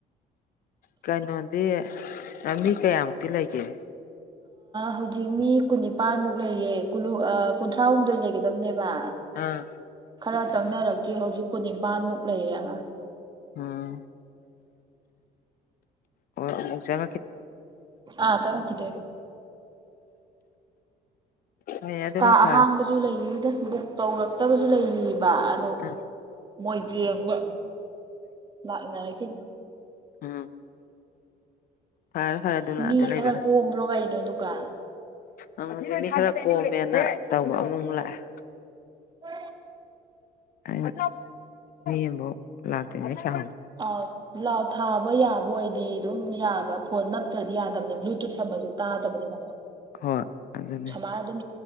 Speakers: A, on the left; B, on the right.
A: ꯀꯩꯅꯣꯗꯤ ꯃꯤ ꯀꯌꯥꯃꯨꯛꯇꯤ ꯂꯩꯒꯦ
B: ꯍꯧꯖꯤꯛ ꯃꯤ ꯀꯨꯟꯅꯤꯄꯥꯟꯃꯨꯛ ꯂꯩꯌꯦ ꯀ ꯀꯨꯟꯊ꯭ꯔꯥꯍꯨꯝꯗꯣꯏ ꯂꯩꯒꯗꯕꯅꯦꯕ
A: ꯑꯥ
B: ꯈꯔ ꯆꯪꯅꯔꯛꯇ꯭ꯔꯤ ꯍꯧꯖꯤꯛ ꯀꯨ ꯅꯤꯄꯥꯟꯃꯨꯛ ꯂꯩꯔꯦꯅ
A: ꯎꯝ ꯑꯣ ꯆ
B: ꯑꯥ ꯆꯉ ꯀꯇꯦ
A: ꯍꯣꯏ ꯑꯗꯨꯅ
B: ꯀꯥ
A: ꯐꯔꯦ
B: ꯑꯍꯥꯡꯕꯁꯨ ꯂꯩꯗ ꯕꯨꯛ ꯇꯧꯔꯛꯇꯕꯁꯨ ꯂꯩꯕ ꯑꯗꯣ
A: ꯎꯝ
B: ꯃꯣꯏꯗꯤ ꯌꯦꯡꯕ ꯂꯥꯛꯅꯔꯁꯤꯅꯤ
A: ꯑ ꯐꯔꯦ ꯐꯔꯦ ꯑꯗꯨꯅꯗ
B: ꯃꯤ
A: ꯂꯩꯕ
B: ꯈꯔ ꯀꯣꯝꯕ꯭ꯔꯣ ꯀꯩꯅꯣ ꯗꯨꯀꯥꯟ
A: ꯑꯪ ꯃꯤ ꯈꯔ ꯀꯣꯝꯃꯦꯅ ꯇꯧꯕ ꯑꯃꯨꯃꯨꯛ ꯂꯥꯛꯑꯦ
B: ꯎ
A: ꯃꯤ ꯑꯃꯕꯨꯥꯎ ꯂꯥꯛꯇꯉꯩ ꯆ
B: ꯑꯥꯎ ꯂꯥꯎ ꯊꯥꯕ ꯌꯥꯕ ꯑꯣꯏꯗꯤ ꯑꯗꯨꯝ ꯌꯥꯕ ꯄꯣꯟꯅ ꯐꯠꯇ꯭ꯔꯗꯤ ꯌꯥꯗꯕꯅꯤ ꯕ꯭ꯂꯨꯇꯨꯠ ꯁꯝꯝꯕꯁꯨ ꯇꯥꯗꯕꯅꯤꯅ
A: ꯍꯣꯏ ꯑꯗꯨꯅꯦ
B: ꯁꯨꯃꯥꯏꯅ ꯑꯗꯨꯝ